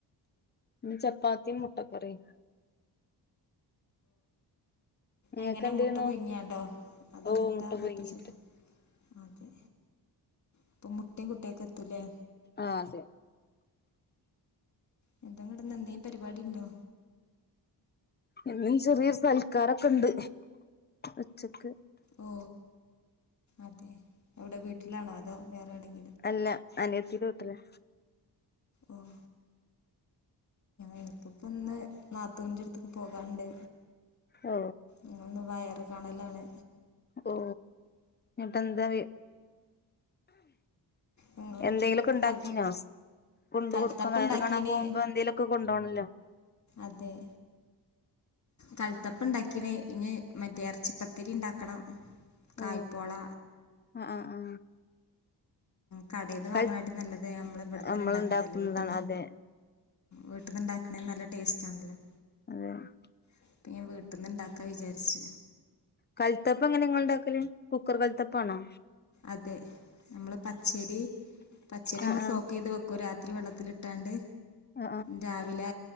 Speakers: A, on the left; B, on the left.
A: ഇന്ന് ചപ്പാത്തിയും മുട്ടക്കറിയും നിങ്ങൾക്ക്
B: എങ്ങനെ
A: എന്തേന്നു
B: മുട്ട പുഴുങ്ങിയണ്ടോ അതോ
A: ഓ
B: മുട്ട മറ്റേ
A: പുഴുങ്ങിയിട്ട്
B: ചിക്ക് അതേ അപ്പൊ മുട്ടയും കുട്ടിയൊക്കെ പുലേ
A: ആഹ് അതെ
B: <unintelligible> എന്തേലും പരിപാടി ഉണ്ടോ
A: ഇന്നും ചെറിയ സൽക്കാരം ഒക്കെ ഒണ്ട് ഉച്ചക്ക്
B: ഓ അതെ അവിടെ വീട്ടിലാണോ അതോ വേറെ എവിടെയെങ്കിലും
A: അല്ല അനിയത്തിയുടെ വീട്ടിലാ
B: ഉം എനിക്കിപ്പം ഇന്ന് നാത്തൂന്റെ അടുത്തേക്ക് പോകാനുണ്ട്
A: ഓ
B: ഞങ്ങളിന്ന് വയറ് കാണലാണ്
A: ഓ അതെന്താ വീ
B: ഞങ്ങള്
A: എന്തെങ്കിലുമൊക്കെ ഉണ്ടാക്കീനോ
B: കൽ
A: കൊണ്ട്
B: കൽത്തപ്പ
A: കൊടുക്കാൻ വയറുകാണാൻ
B: ഉണ്ടാക്കീന്
A: പോകുമ്പോ എന്തെങ്കിലുമൊക്കെ കൊണ്ട് പോകണമല്ലോ
B: അതെ കൽത്തപ്പം ഇനി ഇറച്ചിപത്തിരി ഉണ്ടാക്കണം
A: ഓ
B: കായ്പ്പോള
A: ആ ആ ആ
B: കടയിൽ നിന്ന് വാങ്ങണതിലും
A: കൽ
B: നല്ലത് നമ്മൾ ഇവിടെത്തന്നെ
A: നമ്മൾ
B: ഉണ്ടാക്കണ
A: ഉണ്ടാക്കുന്നതാണ്
B: തല്ലേ വീട്ടീന്ന്.
A: അതെ
B: വീട്ടീന്ന് ഉണ്ടാക്കുന്ന <inaudible>
A: <unintelligible>
B: <unintelligible>
A: കഴുത്തപ്പം എങ്ങനെയാ നിങ്ങൾ ഉണ്ടാക്കല് കുക്കർ കഴുത്തപ്പം ആണോ
B: അതേ നമ്മൾ പച്ചരി പച്ചരി നമ്മള്
A: ആ ആഹ്
B: സോക്ക് ചെയ്ത് വെക്കും രാ വെള്ളത്തിലിട്ടാണ്ട്
A: ആ
B: രാവിലെ